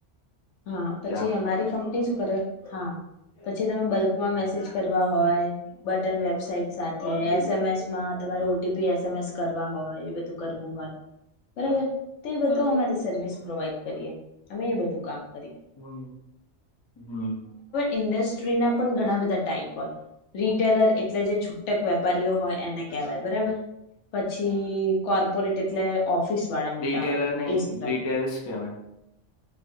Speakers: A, on the left (about 70°); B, on the left (about 40°).
A: હા પછી
B: યા
A: અમારી ે હા પછી તમે બલ્કમાં મેસેજ કરવા હોય બટન વેબસાઇટ સાથે
B: હમ
A: એસ એમ એસ માં તમારે ઓટીપી એસ એમ એસ કરવા હોય, એ બધું કરવું હોય બરાબર તે બધું અમારી સર્વિસ પ્રોવાઈડ કરીએ અમે એ બધું કામ કરીએ
B: હમ્મ હમ્મ
A: ઇન્ડસ્ટ્રી ના પણ ઘણા બધા ટ હોય રીટેલર એટલે જે છુટક વેપારીઓ હોય, એને કેહેવાય બરાબર પછી કોર્પોરેટ એટલે ઓફિસ વાળા મોટા
B: રિટેલર ને
A: એ સિવાય.
B: રિટેલસ કહેવાય